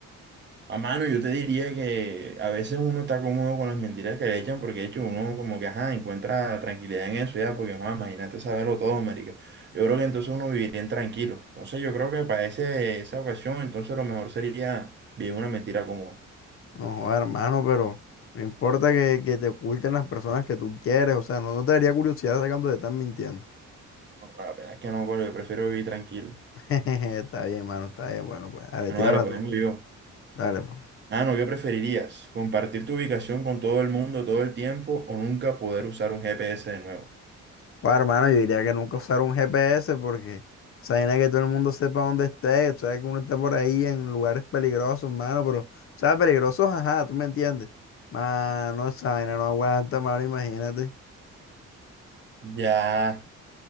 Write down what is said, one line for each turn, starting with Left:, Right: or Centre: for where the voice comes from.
Right: A mano, yo te diría que a veces uno está cómodo con las mentiras que le echan, porque de hecho uno como que, ajá, encuentra tranquilidad en eso ya, porque, ajá, imagínate saberlo todo, marica. Yo creo que entonces uno viviría en tranquilo. Entonces yo creo que para ese, esa ocasión, entonces lo mejor sería vivir una mentira cómoda.
Left: No, joder, hermano, pero no importa que, que te oculten las personas que tú quieres. O sea, no, no te daría curiosidad saber cuando te están mintiendo.
Right: No, La verdad es que no, colo, yo prefiero vivir tranquilo.
Left: <laughs> Está bien, hermano, está bien. Bueno, pues dale,
Right: Bueno,
Left: tírala
Right: dale, pues
Left: tú.
Right: vengo yo.
Left: Dale, pues.
Right: Mano, ¿qué preferirías? ¿Compartir tu ubicación con todo el mundo todo el tiempo o nunca poder usar un GPS de nuevo?
Left: Bueno, hermano, yo diría que nunca usar un GPS porque esa vaina es que todo el mundo sepa dónde esté, tú sabes que uno está por ahí en lugares peligrosos, hermano, pero, o sea, peligrosos, ajá, tú me entiendes. Mano, esa vaina no aguanta, mano, imagínate.
Right: Ya.